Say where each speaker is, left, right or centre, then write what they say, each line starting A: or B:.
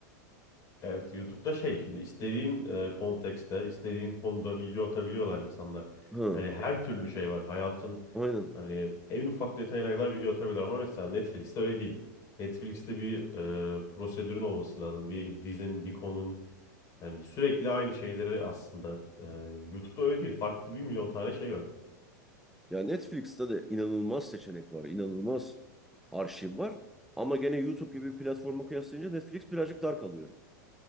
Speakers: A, on the left; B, in the centre.
A: Evet, YouTube'da şey şimdi istediğin e, kontekste, istediğin konuda video atabiliyorlar insanlar.
B: Ha,
A: Yani her türlü şey var. Hayatın
B: aynen.
A: hani en ufak detayına kadar video atabilirler ama mesela Netflix'te öyle değil. Netflix'te bir e, prosedürün olması lazım. Bir dizin, bir konun yani sürekli aynı şeyleri aslında. E, YouTube'da öyle değil. Farklı bir milyon tane şey var.
B: Ya Netflix'te de inanılmaz seçenek var, inanılmaz arşiv var. Ama gene YouTube gibi bir platforma kıyaslayınca Netflix birazcık dar kalıyor.